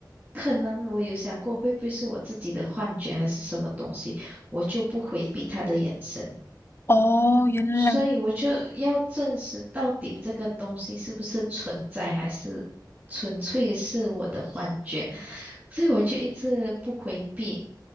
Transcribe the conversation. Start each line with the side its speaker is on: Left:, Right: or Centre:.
Right: 可能我有想过会不会是我自己的幻觉还是什么东西，我就不回避他的眼神。
Left: 哦，原来
Right: 所以我就要证实到底这个东西是不是存在，还是纯粹是我的幻觉。所以我就一直不回避，